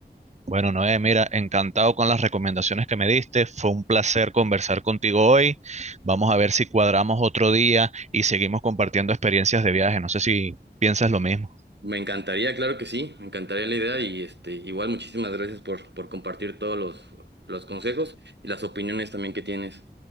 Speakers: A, on the right (about 40°); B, on the right (about 80°).
A: Bueno, Noé, mira, encantado con las recomendaciones que me diste. Fue un placer conversar contigo hoy. Vamos a ver si cuadramos otro día y seguimos compartiendo experiencias de viaje. No sé si piensas lo mismo.
B: Me encantaría, claro que sí, me encantaría la idea y este, igual muchísimas gracias por, por compartir todos los, los consejos y las opiniones también que tienes.